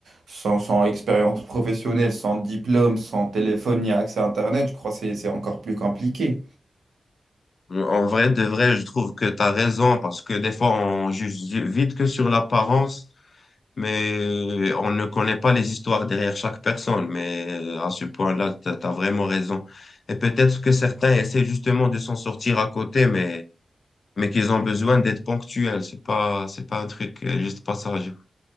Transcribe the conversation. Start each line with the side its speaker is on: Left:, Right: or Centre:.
Right: sans, sans expérience professionnelle, sans diplôme, sans téléphone ni accès à Internet, je crois que c'est c'est encore plus compliqué.
Left: En vrai, de vrai, je trouve que tu as raison parce que des fois, on juge vite que sur l'apparence, mais on ne connaît pas les histoires derrière chaque personne. Mais euh, à ce point-là, tu as, vraiment raison. Et peut-être que certains essaient justement de s'en sortir à côté, mais, mais qu'ils ont besoin d'être ponctuels. C'est pas, c'est pas un truc, euh, juste passage.